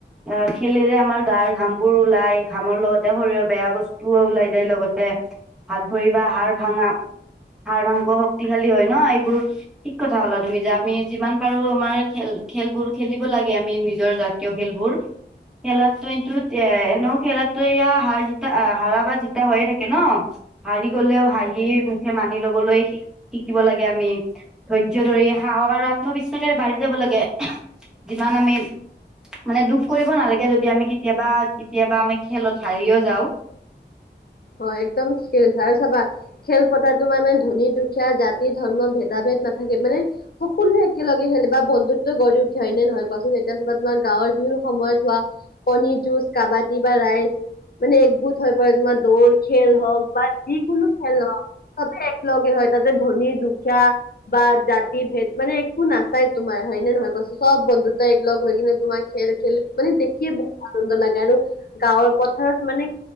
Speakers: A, in the centre; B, on the left.
A: আ' খেলিলে আমাৰ গাৰ ঘামবোৰ ওলাই। ঘামৰ লগতে শৰীৰৰ বেয়া বচ ওলাই যায় লগতে। হাত ভৰি বা হাৰ ভাঙা। হাৰ মাংস শক্তিশালী হয় ন এইবোৰ। ঠিক কথা ক'লা তুমি। যে আমি যিমান পাৰো আমাৰ খেল খেলবোৰ খেলি ব লাগে আমি নিজৰ জাতীয় খেলবোৰ। খেলা টাইমটোত এনেও খেলাতো এয়া হাৰ জিতা, হ়াৰা বা জিতা হয়ে থাকে ন। হাৰি গলেও হাঁহি মুখে মানি লবলৈ শিক শিকিব লাগে আমি, ধৈৰ্য ধৰি সাহস আৰু আত্মবিশ্বাসেৰে বাঢ়ি যাব লাগে। যিমান আমি। মানে দুখ কৰিব নালাগে। যদি আমি কেতিয়াবা, কেতিয়াবা আমি খেলত হাৰিও যাওঁ।
B: অ' একদম ঠিকেই কৈছা আৰু চাবা। খেল পতাটো তোমাৰ মানে ধনী-দুখীয়া, জাতি-ধৰ্ম ভেদা-ভেদ নাথাকে মানে। সকলোৱে একেলগে খেলে বা বন্ধুত্ব গঢ়ি উঠে হয় নে নহয় কোৱাচোন। এতিয়া চাবা তোমাৰ গাঁৱৰ বিহুৰ সময়ত হোৱা। কণী যুঁজ, কাবাদী বা ৰাইচ মানে একগোট হৈ পৰে তোমাৰ। দৌৰ খেল হওঁক বা যিকোনো খেল নহওঁক। চবেই এক লগে হয় তাতে ধনী-দুখীয়া। বা জাতি-ভেদ মানে একো নাচাই তোমাৰ হয়নে নহয় কোৱাচোন। চব বন্ধুত্ব একলগ হৈ কিনে তোমাৰ খেল-খেলি মানে দেখিয়ে বহুত আনন্দ লাগে। আৰু গাঁৱৰ পথাৰত মানে